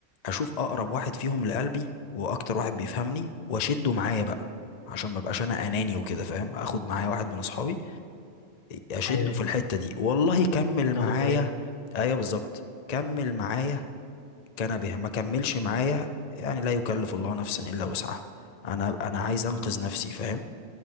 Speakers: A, on the left; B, on the left.
A: اشوف اقرب واحد فيهم لقلبي واكتر واحد بيفهمني واشده معايا بقى عشان ما بقاش انا اناني وكده فاهم اخد معايا واحد من اصحابي اشده
B: ايوه ايوه
A: في الحتة دي والله كمل
B: تاخده
A: معايا
B: بطريقه
A: ايوه بالظبط كمل معايا كان به ما كملش معايا يعني لا يكلف الله نفسا الا وسعها انا انا عايز انقذ نفسي فاهم